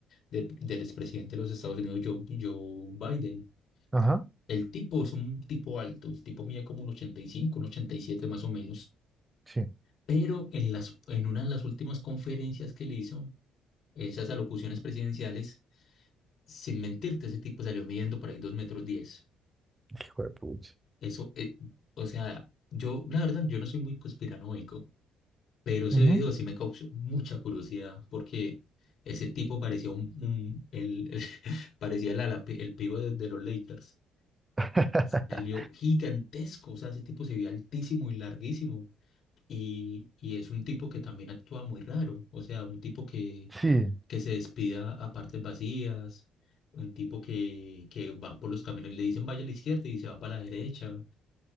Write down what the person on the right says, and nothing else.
ajá,
sí,
hijo de pucha.
ujú.
<laughs>
Sí,